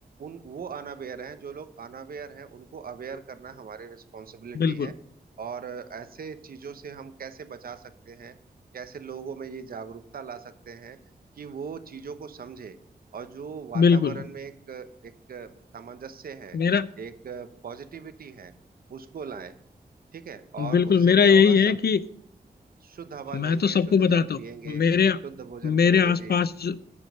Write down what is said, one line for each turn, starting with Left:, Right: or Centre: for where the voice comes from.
Right: उन वो अनअवेयर हैं जो लोग अनअवेयर हैं उनको अवेयर करना हमारी रिस्पॉन्सिबिलिटी
Left: बिल्कुल
Right: है और ऐसे चीजों से हम कैसे बचा सकते हैं कैसे लोगों में ये जागरूकता ला सकते हैं कि वो चीजों को समझे और जो वातावरण
Left: बिल्कुल
Right: में एक एक सामंजस्य है
Left: मेरा
Right: एक पॉजिटिविटी है उसको लाएं ठीक है और
Left: बिल्कुल
Right: उससे
Left: मेरा
Right: क्या
Left: यही
Right: होगा सब
Left: है कि
Right: शुद्ध हवा
Left: मैं
Right: लेंगे
Left: तो सबको
Right: शुद्ध
Left: बताता
Right: जल
Left: हूँ
Right: पिएंगे
Left: मेरे
Right: शुद्ध भोजन
Left: मेरे
Right: करेंगे
Left: आसपास
Right: जी
Left: जो